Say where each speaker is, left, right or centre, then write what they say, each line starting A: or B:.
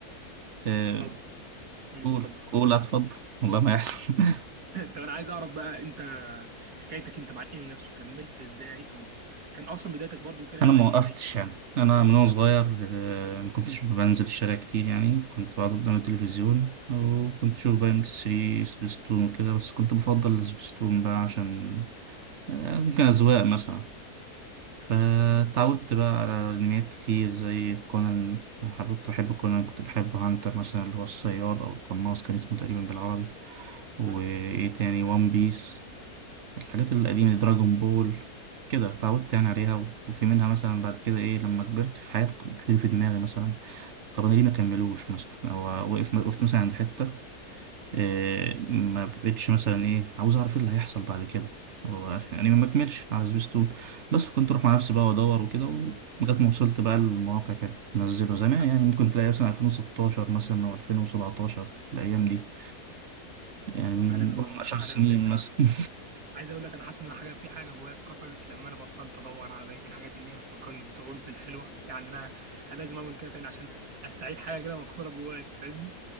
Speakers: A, on the right; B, on the right.
A: إيه،
B: طب أمم،
A: قول
B: اتفضل <laughs>
A: قول اتفضل والله ما يحصل <laughs>
B: طب انا عايز اعرف بقى انت حكايتك انت مع الانمي نفسه كملت ازاي او كان اصلا بدايتك برضو كده
A: أنا
B: زي
A: ما وقفتش يعني أنا من وأنا صغير آه، ما كنتش بنزل الشارع كتير يعني كنت بقعد قدام التلفزيون وكنت بشوف بقى ام بي 3 سبيستون وكده بس كنت بفضل السبيستون بقى عشان آه، ممكن أذواق مثلا فتعودت بقى على انميات كتير زي كونان لو حبيت بحب كونان كنت بحب هانتر مثلا اللي هو الصياد او القناص كان اسمه تقريبا بالعربي وايه
B: زي
A: تاني وان بيس الحاجات القديمة دي دراجون بول كده اتعودت يعني عليها و- وفي منها مثلا بعد كده ايه لما كبرت في حاجات كتير في دماغي مثلا طب انا ليه ما كملوش مثلا هو وقف وقفت مثلا عند حتة آه، ما بقتش مثلا ايه عاوز اعرف ايه اللي هيحصل بعد كده هو عشان يعني ما مكملش على سبيستون بس كنت اروح مع نفسي بقى وادور وكده و- لغايه ما وصلت بقى للمواقع كده نزله زمان
B: ع-
A: يعني ممكن تلاقي مثلا 2016 مثلا او 2017 الايام دي يعني من
B: عالمي
A: قول
B: والله
A: من 10
B: عالمي
A: سنين
B: بجد
A: مثلا <laughs>
B: عايز اقول لك انا حاسس ان أنا حاجه في حاجه جوايا اتكسرت لما انا بطلت ادور على بقيه الحاجات اللي هي بتفكرني بطفولتي الحلوه يعني انا انا لازم اعمل كده تاني عشان استعيد حاجه كده مكسوره جوايا فاهمني